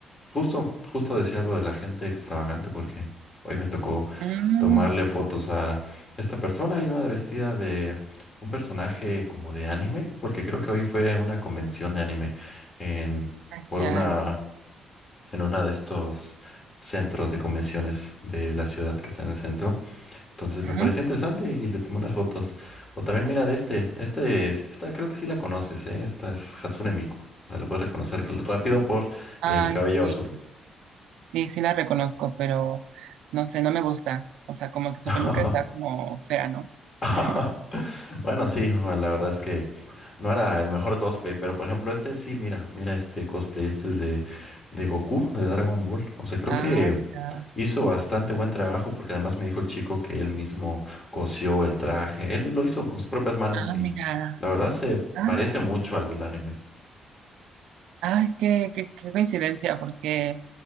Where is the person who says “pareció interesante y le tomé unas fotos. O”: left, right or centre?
Left